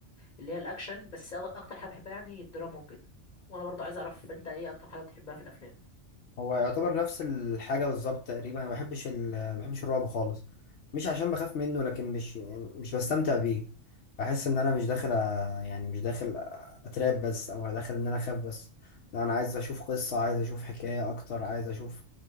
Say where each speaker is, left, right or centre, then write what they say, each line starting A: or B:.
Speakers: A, on the left (about 40°); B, on the left (about 65°).
A: اللي هي الاكشن بس أغ- اكتر حاجه بحبها يعني الدراما وكده وانا برضو عايز اعرف انت ايه اكتر حاجه بتحبها في الافلام
B: هو يعتبر نفس الحاجة بالظبط تقريبا أنا ما بحبش ال ما بحبش الرعب خالص مش عشان بخاف منه لكن مش يعني مش بستمتع بيه بحس إن أنا مش داخل أ- يعني مش داخل أتراب بس أو داخل إن أنا أخاف بس لا أنا عايز أشوف قصة عايز أشوف حكاية أكتر عايز أشوف